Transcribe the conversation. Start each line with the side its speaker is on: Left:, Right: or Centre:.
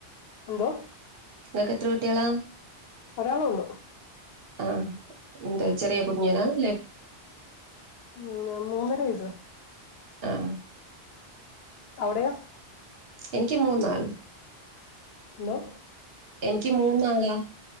Left: എന്തോ
Right: നിങ്ങൾക്ക് എത്ര കൂട്ടികളാം
Left: ഒളേ ഉള്ളു
Right: ആഹ ഇ ചെറിയ കുഞ്ഞിയനാല്ല
Left: ഉം മൂന്നര വയസ്
Right: ആഹ്
Left: അവിടെയോ
Right: എനിക്ക് മൂന്നാൾ
Left: എന്നോ
Right: എനിക്ക് മൂന്നാളാ